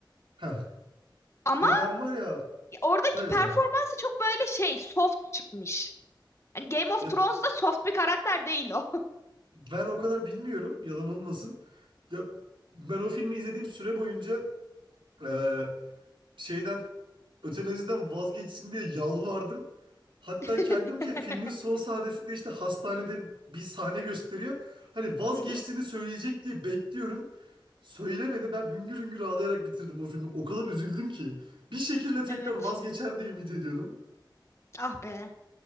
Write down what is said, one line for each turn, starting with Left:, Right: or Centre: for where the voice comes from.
Right: Heh.
Left: Ama
Right: Ya ben var ya...
Left: Oradaki
Right: Söyle
Left: performansı
Right: sana.
Left: çok böyle şey soft çıkmış. Hani Game of
Right: Ya
Left: Thrones'da soft bir karakter değil o.
Right: ben o kadar bilmiyorum. Yalan olmasın. Ya ben o filmi izlediğim süre boyunca e, şeyden ötenaziden vazgeçsin diye yalvardım. Hatta
Left: <laughs>
Right: kendimce filmin son sahnesinde işte hastanede bir sahne gösteriyor. Hani vazgeçtiğini
Left: Hı hı,
Right: söyleyecek diye bekliyorum. Söylemedi. Ben hüngür hüngür ağlayarak bitirdim o filmi. O kadar üzüldüm ki. Bir şekilde tekrar
Left: Evet.
Right: vazgeçer diye ümit ediyordum.
Left: Ah be.